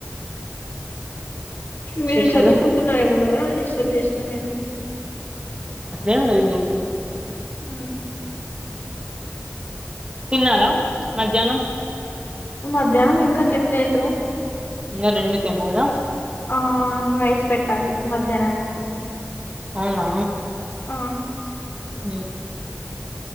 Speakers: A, on the right; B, on the left.
A: విశేషాలు
B: మీరు చదువుకుంటున్నారేమో కదా డిస్టబ్ చేశినా నేను.
A: ఏం లే <unintelligible>
B: ఉ
A: తిన్నారా మధ్యాహ్నం
B: మధ్యాహ్నం ఇంకా తినలేదు
A: ఇంగా రెండు కేమో కదా
B: ఆ రైస్ పెట్టాలి మధ్యాహ్నానికి
A: అవునా
B: ఆ
A: ఉ